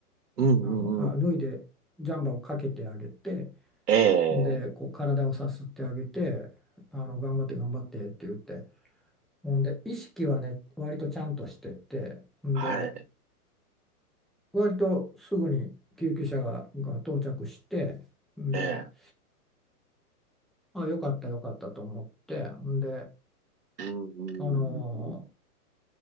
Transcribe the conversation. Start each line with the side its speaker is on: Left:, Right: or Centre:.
Right: うんう
Centre: あの、あ、
Right: んうん、
Centre: 脱いでジャンバーをかけてあげて、
Right: ええ、
Centre: で、こう体をさすってあげて、あの、頑張って頑張ってって言って、ほんで、意識はね、割とちゃんとしてて、んで、
Right: はい、
Centre: 割とすぐに救急車が、が到着して、んで、
Right: ええ、
Centre: あ、よかったよかったと思って、んで、
Right: うんうん
Centre: あの、
Right: うん、